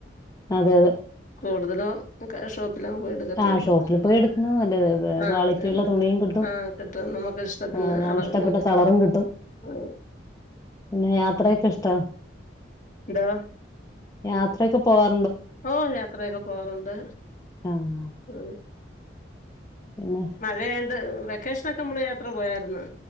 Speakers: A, on the left; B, on the left.
A: അതെ അതെ
B: കൂടുതലും ഷോപ്പിലെ അങ്ങ് പോയി എടുക്കത്തേ
A: ആ
B: ഉള്ളൂ
A: ഷോപ്പിൽ പോയി എടുക്കുന്നത് നല്ലത്
B: ആ
A: ക്വാളിറ്റിയുള്ള
B: അത് തന്നെ
A: തുണിയും കിട്ടും
B: ആ കിട്ടും നമുക്ക് ഇഷ്ടത്തിന്
A: നമ്മള്
B: അളവിനൊക്കെ
A: ഇഷ്ടപ്പെട്ട കളറും കിട്ടും
B: ആ
A: പിന്നെ യാത്രക്കെ ഇഷ്ടവാ
B: ഇതാ
A: യാത്രയെക്കെ പോവാ
B: ഓ യാത്രയെക്കെ പോവാറുണ്ട്
A: ആഹ്
B: ഉ
A: പിന്നെ
B: മഴയായോണ്ട് വെക്കേഷനൊക്കെ നമ്മള് യാത്ര പോയായിരുന്നോ